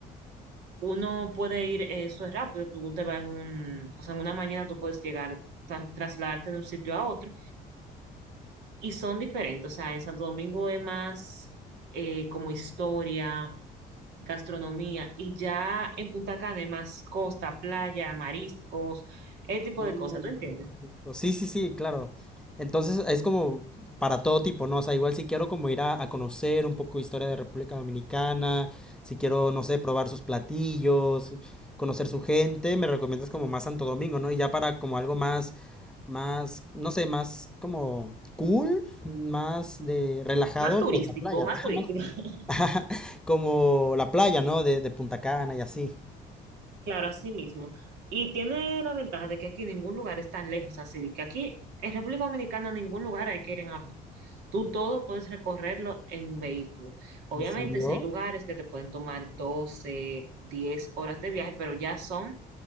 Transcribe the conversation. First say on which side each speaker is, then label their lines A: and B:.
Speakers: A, on the right (about 85°); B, in the centre.
A: uno puede ir, eh, eso es rápido, tú te vas en un, o sea, en una mañana tú puedes llegar, tra- trasladarte de un sitio a otro. Y son diferentes. O sea, en Santo Domingo es más eh, como historia gastronomía y ya en Punta Cana hay más costa, playa, mariscos, ese tipo
B: Uy,
A: de cosas, ¿tú entiendes?
B: qué rico. Sí, sí, sí, claro. Entonces es como para todo tipo, ¿no? O sea, igual si quiero como ir a, a conocer un poco de historia de República Dominicana, si quiero, no sé, probar sus platillos, conocer su gente, me recomiendas como más Santo Domingo, ¿no? Y ya para como algo más, más, no sé, más como cool, más de relajado,
A: Más turístico,
B: pues la playa.
A: más
B: Ajá,
A: turístico,
B: más-
A: <laughs>
B: <laughs> como la playa, ¿no? De, de Punta Cana y así.
A: claro, así mismo. Y tiene la ventaja de que aquí ningún lugar es tan lejos, así de que aquí en República Dominicana ningún lugar hay que ir en avión. Tú todo puedes recorrerlo en vehículo. Obviamente,
B: ¿En serio?
A: si hay lugares que te pueden tomar 12 10 horas de viaje, pero ya son